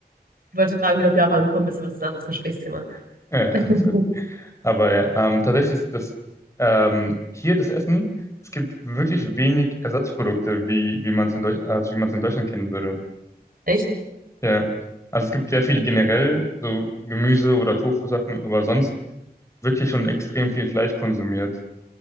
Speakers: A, on the right; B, on the left.
A: Ich wollte fragen, wie du auf Japan gekommen bist, aber das ist ein anderes Gesprächsthema.
B: Ja, ja,
A: <laughs>
B: ist gut. Aber ja, ähm, tatsächlich ist das ähm, hier das Essen, es gibt wirklich wenig Ersatzprodukte, wie, wie man es in Deutsch, als wie man es in Deutschland kennen würde.
A: Echt?
B: Ja. Also es gibt sehr viel generell, so Gemüse oder Tofu-Sachen, aber sonst wirklich schon extrem viel Fleisch konsumiert.